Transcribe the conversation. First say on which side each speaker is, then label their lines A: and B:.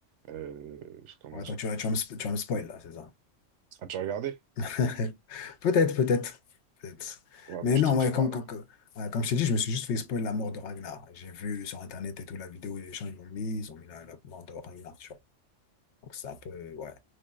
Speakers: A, on the right; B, on the left.
A: euh, Comment
B: Ouais,
A: dire?
B: donc tu vas, tu vas me, spo- tu vas me spoil, là, c'est ça.
A: Ah, tu as regardé?
B: <laughs> Peut-être, peut-être, peut-être.
A: Ouais,
B: Mais
A: bah, je
B: non,
A: te dis
B: ouais,
A: pas
B: comme,
A: alors.
B: comme, comme, ouais, comme je t'ai dit, je me suis juste fait spoil la mort de Ragnar. J'ai vu sur Internet et tout la vidéo et les gens ils l'ont mis, ils ont mis la, la mort de Ragnar, tu vois. Donc c'est un peu, ouais.